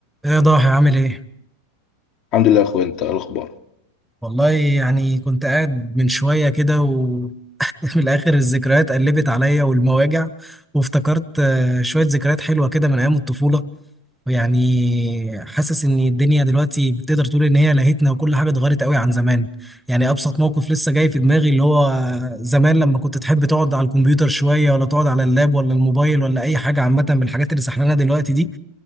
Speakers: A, in the centre; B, on the left (about 40°).
A: ايه يا ضاحي عامل ايه؟
B: الحمد لله يا اخويا انت إيه الاخبار
A: والله يعني كنت قاعد من شوية كده وفي <laughs> الآخر الذكريات قلبت عليا والمواجع وافتكرت آه، شوية ذكريات حلوة كده من أيام الطفولة يعني حاسس ان الدنيا دلوقتي بتقدر تقول ان هي لهتنا وكل حاجه اتغيرت قوي عن زمان يعني ابسط موقف لسه جاي في دماغي اللي هو زمان لما كنت تحب تقعد على الكمبيوتر شويه ولا تقعد على اللاب ولا الموبايل ولا اي حاجه عامه من الحاجات اللي سحلانه دلوقتي دي